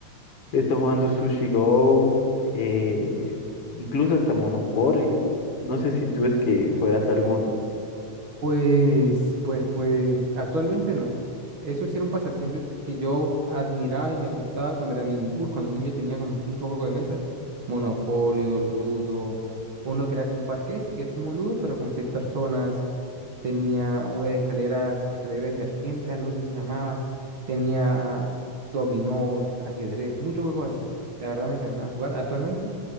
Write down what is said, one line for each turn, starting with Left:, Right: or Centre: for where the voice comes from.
Left: he estado jugando Sushi Go, eh, incluso hasta Monopolio. No sé si tú es que juegas alguno.
Right: Pues, pues, pues, actualmente no. Eso sí era un pasatiempo que yo admiraba y me gustaba cuando era niño. Uy, cuando niño tenía como cinco juegos de mesa, Monopolio, Ludo, uno que era como un parqués, que es como un Ludo, pero con seis personas. Tenía una de escaleras, escalera de serpientes, algo así se llamaba. Tenía dominós, ajedrez, muchos juegos así. La verdad me encantaba jugar. Actualmente